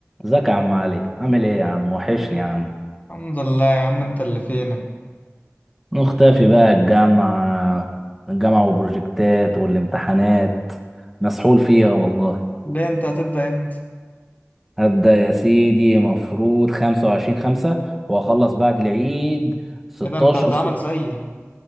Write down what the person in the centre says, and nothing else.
ازيك يا عم علي عامل ايه يا عم وحشني يا عم
مختفي بقى الجامعة الجامعة وبروجكتات والامتحانات مسحول فيها والله
هبدأ يا سيدي مفروض خمسة وعشرين خمسة وأخلص بعد العيد ستاشر
ستة